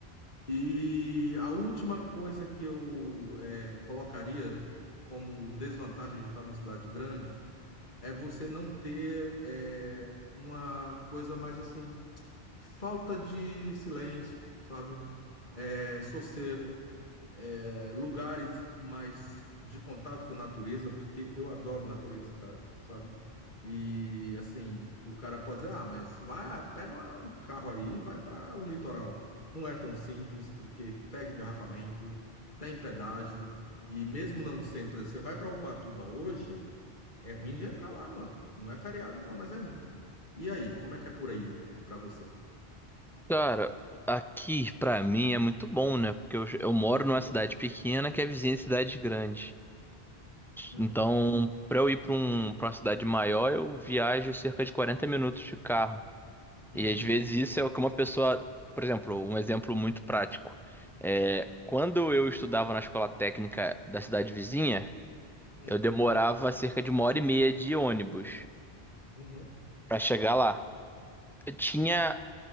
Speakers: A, on the left; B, in the centre.
A: E a última coisa que eu eh, colocaria como desvantagem de estar na cidade grande é você não ter eh, uma coisa mais assim, falta de silêncio, sabe? Eh, sossego é, lugares mais de contato com natureza, porque eu adoro natureza, cara, sabe? E assim, o cara pode dizer, ah, mas vai, pega uma- um carro aí e vai para o litoral. Não é tão simples, porque pega engarrafamento, tem pedágio, e mesmo não sendo, por exemplo, você vai para Ubatuba hoje, é ruim de entrar lá, mano. Não é feriado, não, mas é ruim. E aí, como é que é por aí para você?
B: Cara, aqui pra mim é muito bom, né? Porque eu, eu moro numa cidade pequena que é vizinha de cidade grande.
A: Uhum,
B: Então, pra eu ir pra, um, pra uma cidade maior, eu viajo cerca de 40 minutos de carro.
A: uhum,
B: E às vezes isso é o que uma pessoa. Por exemplo, um exemplo muito prático. É, quando eu estudava na escola técnica da cidade vizinha,
A: uhum,
B: eu demorava cerca de uma hora e meia de ônibus
A: uhum.
B: pra chegar lá. Eu tinha